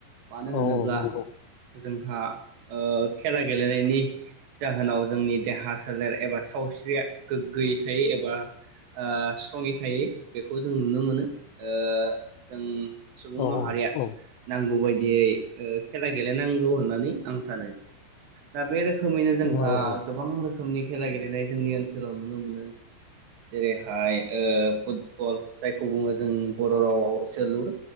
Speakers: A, on the right; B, on the left.
A: मानो होनोब्ला
B: औ नंगौ
A: जोंहा ओ खेला गेलेनायनि जाहोनाव जोंनि देहा सोलेर एबा सावस्रिया गोग्गोयै थायो एबा ओ स्ट्रङै थायो। बेखौ जों नुनो मोनो ओ जों सुबुं
B: औ
A: माहारिया
B: औ औ
A: नांगौबायदि दियै खेला गेलेनांगौ होननानै आं सानो। दा बे रोखोम रोखोमैनो जोंहा
B: उम औ औ
A: गोबां रोखोम रोखोमनि खेला गेलेनाय जोंनि ओनसोलाव नुनो मोनो। जेरैहाय ओ फुद बल जायखौ बुङो जों बर' रावाव जोलुर।